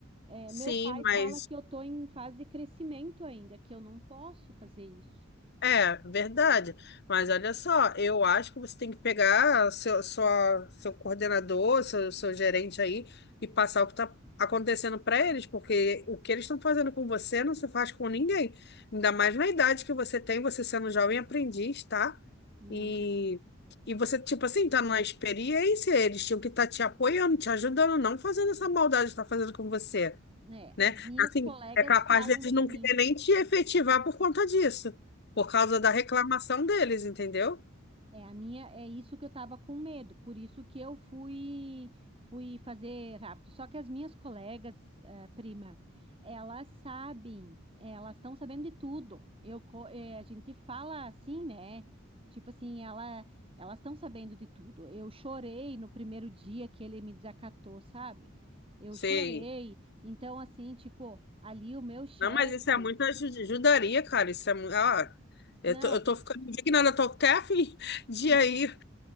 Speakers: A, on the right; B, on the left.
A: É,
B: sim,
A: meu pai
B: mas
A: fala que eu tô em fase de crescimento ainda, que eu não posso fazer isso.
B: É, verdade. Mas olha só, eu acho que você tem que pegar seu, sua, seu coordenador, seu, seu gerente aí e passar o que está acontecendo para eles, porque o que eles estão fazendo com você não se faz com ninguém. Ainda mais na idade que você tem, você sendo jovem aprendiz, tá?
A: Uhum.
B: E, e você, tipo assim, tá na experiência, eles tinham que estar te apoiando, te ajudando, não fazendo essa maldade que está fazendo com você
A: É,
B: né?
A: as minhas
B: Assim,
A: colegas
B: é capaz
A: falam
B: deles
A: para
B: não
A: mim.
B: querer nem te efetivar por conta disso, por causa da reclamação deles, entendeu?
A: É, a minha é isso que eu tava com medo, por isso que eu fui fui fazer rápido. Só que as minhas colegas, eh, prima, elas sabem, elas estão sabendo de tudo. Eu co- eh, a gente fala assim, né? Tipo assim, ela elas estão sabendo de tudo. Eu chorei no primeiro dia que ele me desacatou, sabe? Eu
B: Sei.
A: chorei. Então assim, tipo, ali o meu chefe,
B: Não, mas isso é muita aju- ajudaria, cara. Isso é muito. Ah, eu
A: não,
B: tô, eu tô ficando indignada, eu tô até a fim <laughs> de
A: Uhum.
B: aí,